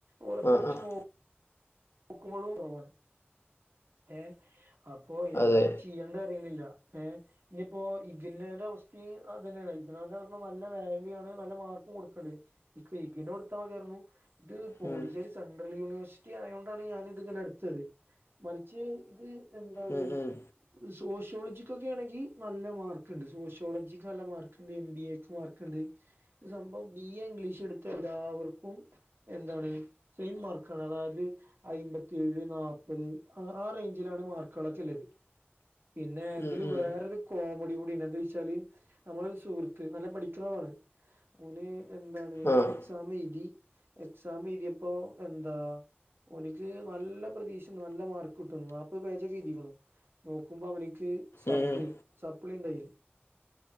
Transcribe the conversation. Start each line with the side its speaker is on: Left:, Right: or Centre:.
Right: ഓല്ലക്കെ
Left: ആഹ്
Right: ഒച്ച്
Left: ആഹ്
Right: പോവും നോക്കുമ്പോളും കുറവാണ് ഏ അപ്പൊ എന്താപ്പ
Left: അതെ
Right: ചെയ്യണ്ട അറിയണില്ല ഏ ഇനിയിപ്പോ ഇഗിന്നയുടെ അവസ്തി അത് തന്നെയാണ് ഇഗന പറഞ്ഞാ നല്ല വാല്യു ആണ് നല്ല മാർക്കും കൊടുക്കണ്ടെ ഇഗിന കൊടുത്താ മതിയായിരുന്നു ഇത് പോണ്ടിശേരി
Left: ഉം
Right: സെൻട്രൽ യൂണിവേഴ്സിറ്റി ആയോ ഞാന് ഇതിങ്ങനെ എടുത്തത് മറിച്ച് ഇത് എന്താണ്
Left: ഉം ഉം
Right: സോഷ്യോളജിക്ക്ക്കെ ആണെങ്കി നല്ല മാർക്ക്ണ്ട് സോഷ്യോളജിക്ക് നല്ല മാർക്ക് ഇണ്ട് എം ബി എക്ക് മാർക്ക്ണ്ട് സംഭവം ബി എ ഇംഗ്ലീഷ് എടുത്ത എല്ലാവർക്കും എന്താണ് സെയിം മാർക്കാണ് അതായത് അയിമ്പത്തിയേഴ് നാല്പത് ആഹ് ആ റേഞ്ചിലാണ് മാർക്കളൊക്കെ ഇള്ള പിന്നെ എങ്കിലും
Left: ഉം ഉം
Right: വേറൊരു കോമഡി കൂട എന്താ വെച്ചാല് നമ്മളരു സുഹൃത്ത് നല്ല പഠിക്കുന്ന ആളാണ് ഓന് എന്താണ്
Left: ആഹ്
Right: എക്സാം എഴുതി എക്സാം എഴുതിയപ്പോ എന്താ ഒനിക്ക് നല്ല പ്രതീക്ഷ നല്ല മാർക്ക് കിട്ടുന്നു നാപ്പ പേജൊക്കെ എഴുതിക്ക്ണ് നോക്കുമ്പോ അവനിക്ക് സപ്പ്ളി
Left: ഉം ഉം
Right: സപ്പ്ളിണ്ടൈൽ